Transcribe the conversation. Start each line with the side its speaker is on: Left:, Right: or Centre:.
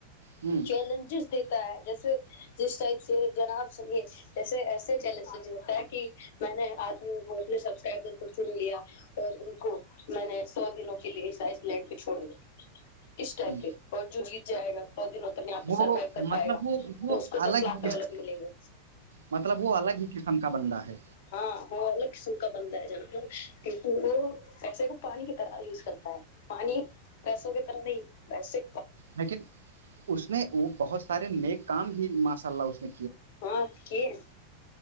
Right: ہ
Left: چیلنجز دیتا ہے جیسے جس ٹائپ سے جناب سے جیسے ایسے پہلے سے جو ہوتا ہے کہ میں نے ادمیوں کو اپنا سبسکرائبر کو چن لیا اور ان کو میں نے سو دنوں کے لیے سائز لینڈ پہ چھوڑ دیا اس ٹائپ
Right: ہ
Left: کے اور جو جی جائے گا سو دنوں تک یہاں پہ
Right: وہ
Left: سروائو کر
Right: مطلب
Left: پائے گا
Right: وہ وہ
Left: اس کو
Right: الگ
Left: دس لاکھ
Right: ہی
Left: ڈالر
Right: قسم
Left: ملیں گے
Right: مطلب وہ الگ ہی قسم کا بندہ ہے
Left: ہاں وہ الگ قسم کا بندہ ہے جانتے ہو کیونکہ وہ پیسوں کو پانی کی طرح یوز کرتا ہے پانی پیسوں کی طرح نہیں ویسے
Right: لیکن اس نے وہ بہت سارے نئے کام ہی ماس اللہ اسے
Left: ہاں کی <inaudible>